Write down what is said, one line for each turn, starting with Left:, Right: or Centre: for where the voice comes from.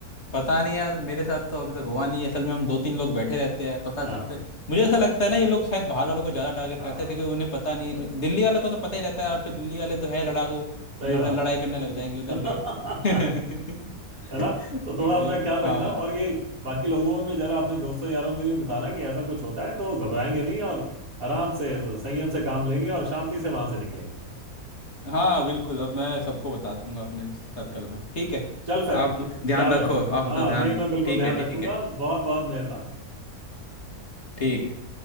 Left: पता नहीं यार मेरे साथ तो अभी तक हुआ नहीं है। असल में हम दो तीन लोग बैठे रहते हैं पता
Right: हाँ
Left: चलते मुझे ऐसा लगता है ना ये लोग शायद बाहर वालों को ज्यादा टारगेट
Right: हाँ
Left: करते हैं क्योंकि उन्हें पता नहीं दिल्ली वालों को तो पता ही रहता है और फिर दिल्ली वाले तो है लड़ाकू
Right: सही
Left: लड़ा-
Right: बात
Left: लड़ाई
Right: है
Left: करने लग जाएंगे उधर
Right: <laughs>
Left: के <laughs>
Right: है ना तो थोड़ा
Left: तो
Right: अपना
Left: वही
Right: ख्याल
Left: हाँ
Right: रखना और ये बाकी लोगों में भी जरा अपने दोस्तों यारों में भी बताना कि ऐसा कुछ होता है तो घबराएंगे नहीं और आराम से संयम से काम लेंगे और शांति से वहां से निकलेंगे
Left: हाँ बिल्कुल अब मैं सबको बता दूंगा अपने सर्कल में ठीक है
Right: चल फिर
Left: आप ध्यान
Right: ख्याल
Left: रखो
Right: रखना
Left: आप
Right: हाँ
Left: अपना ध्यान
Right: नहीं मैं बिल्कुल
Left: ठीक
Right: ध्यान
Left: है
Right: रखूंगा
Left: ठीक है
Right: बहुत बहुत मेहरबानी
Left: ठीक है